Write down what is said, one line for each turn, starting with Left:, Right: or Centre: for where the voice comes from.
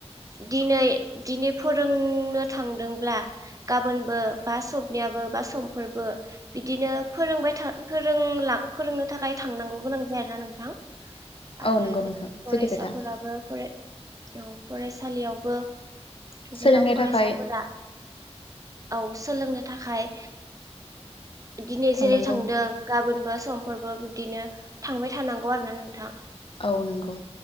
Right: दिनै दिनै फोरोंनो थांदोंब्ला गाबोनबो बा सबनियाबो बा समफोरबो बिदिनो फोरोंबाय था फोरोंला फोरोंनो थाखाय थांनांगौ गोनां जागोन नोंथां। आरो
Left: औ नंगौ नोंथां
Right: जे फरायसाफोराबो
Left: सैथो खोथा
Right: फराय औ फरायसालियावबो जेराव
Left: सोलोंनो
Right: फरायसाफोरा
Left: थाखाय
Right: औ सोलोंनो थाखाय दिनै
Left: थांनांगौ
Right: जेरै थांदों गाबोन बो समफोरबो बिदिनो थांबाय थानांगौ आरोना नोंथां।
Left: औ नंगौ।